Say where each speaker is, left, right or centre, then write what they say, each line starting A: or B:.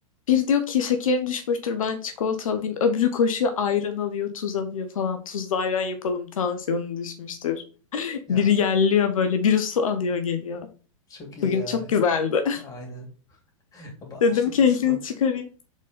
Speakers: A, on the left (about 80°); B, on the left (about 20°).
A: Bir diyor ki şekerin düşmüştür ben çikolata alayım. Öbürü koşuyor ayran alıyor tuz alıyor falan. Tuzlu ayran yapalım tansiyonun düşmüştür.
B: Ya
A: Biri yerliyor böyle biri su alıyor geliyor.
B: çok iyi
A: Bugün
B: ya.
A: çok güzeldi.
B: Aynen. <laughs> Ama
A: <laughs> Dedim
B: işte
A: keyfini
B: bir de sınav
A: çıkarayım.